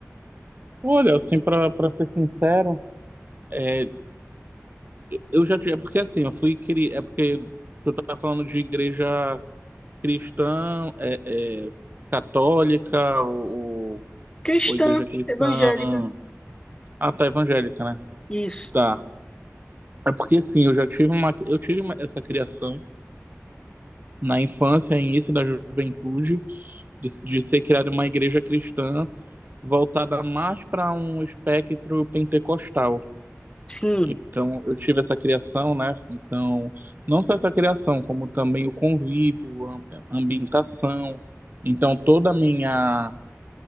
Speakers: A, on the right; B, on the left.
A: Olha, assim, pra, pra ser sincero, é, eu já tive. É porque assim, eu fui criar. É porque tu tá falando de igreja cristã, é, é, católica, ou,
B: Cristã,
A: ou igreja cristã.
B: evangélica.
A: Ah, tá, evangélica, né?
B: Isso.
A: Tá. É porque sim, eu já tive uma. Eu tive uma- essa criação. na infância, início da juventude, de, de ser criada uma igreja cristã voltada mais para um espectro pentecostal.
B: Sim,
A: Então, eu tive essa criação, né? Então, não só essa criação, como também o convívio, a a ambientação. Então, toda a minha